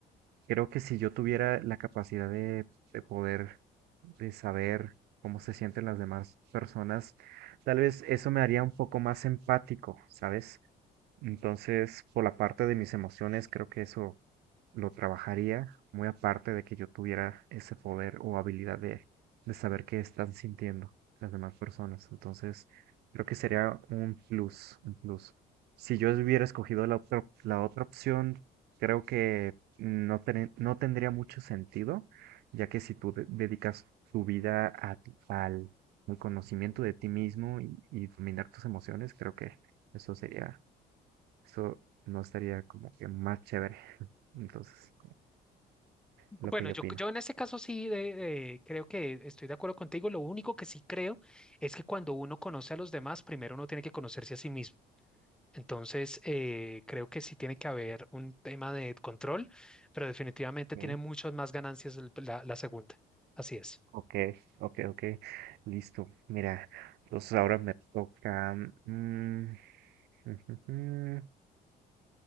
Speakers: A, on the right (about 70°); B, in the centre.
A: creo que si yo tuviera la capacidad de, de poder, de saber cómo se sienten las demás personas, tal vez eso me haría un poco más empático, ¿sabes? Entonces, por la parte de mis emociones, creo que eso lo trabajaría muy aparte de que yo tuviera ese poder o habilidad de, de saber qué están sintiendo las demás personas. Entonces, creo que sería un plus, un plus. Si yo hubiera escogido la otra, la otra opción, creo que no, ten- no tendría mucho sentido, ya que si tú de- dedicas tu vida a ti- al, al conocimiento de ti mismo y, y dominar tus emociones, creo que eso sería, eso no estaría como que más chévere. <laughs> Entonces
B: Bueno,
A: lo que yo
B: yo,
A: opino.
B: yo en este caso sí eh, eh, creo que estoy de acuerdo contigo. Lo único que sí creo es que cuando uno conoce a los demás, primero uno tiene que conocerse a sí mismo. Entonces, eh, creo que sí tiene que haber un tema de control, pero definitivamente
A: ¿no?
B: tiene muchas más ganancias el- la, la segunda. Así es.
A: Ok, ok, ok, listo. Mira, entonces ahora me toca. mm, <laughs>